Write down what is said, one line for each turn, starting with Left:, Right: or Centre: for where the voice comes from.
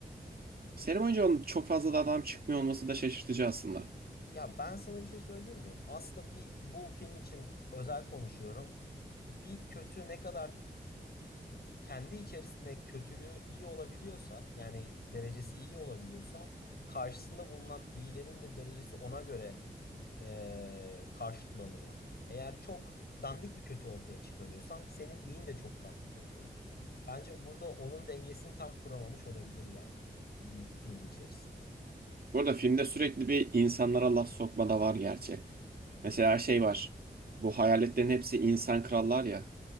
Right: Seri boyunca onun çok fazla da adam çıkmıyor olması da şaşırtıcı aslında.
Left: Ya ben sana bir şey söyleyeyim mi? Aslında bir bu film için özel konuşuyorum. Bir kötü ne kadar kendi içerisinde kötülüğü iyi olabiliyorsa, yani derecesi iyi olabiliyorsa, karşısında bulunan iyilerin de derecesi ona göre eee, karşılanıyor. Eğer çok dandik bir kötü ortaya çıkarıyorsan, senin iyin de çok dandik oluyor. Bence burada onun dengesini tam kuramamış olabilir yani di- film içerisinde.
Right: Bu arada filmde sürekli bir insanlara laf sokma da var gerçi. Mesela şey var. Bu hayaletlerin hepsi insan krallar ya.